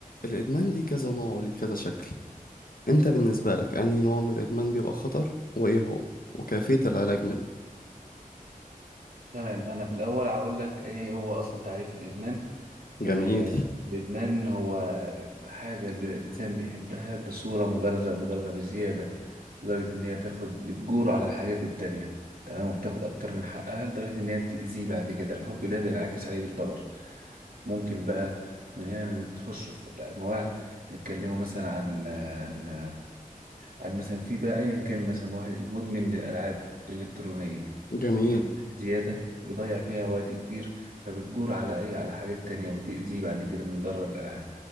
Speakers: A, on the left; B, on the right.
A: الإدمان ليه كذا نوع وليه كذا شكل أنت بالنسبة لك أنهي نوع من الإدمان بيبقى خطر وإيه هو وكيفية العلاج منه
B: تمام انا في الاول هقول لك ايه هو اصلا تعريف الادمان آه
A: جميل
B: الادمان هو حاجه الانسان بيحبها بصوره مبالغه مبالغه بزياده لدرجه ان هي تاخد بتجور على الحاجات التانية تمام وبتاخد اكتر من حقها لدرجه ان هي بتاذيه بعد كده الحب ده بينعكس عليه بالضرر ممكن بقى من هنا نخش في الانواع نتكلموا مثلا عن عن عن مثلا في بقى ايا كان مثلا واحد مدمن للالعاب الالكترونيه
A: جميل
B: بيحبها زياده فبيضيع فيها وقت كتير فبتجور على ايه على حاجات تانية وبتأذيه بعد كده من ضرر الالعاب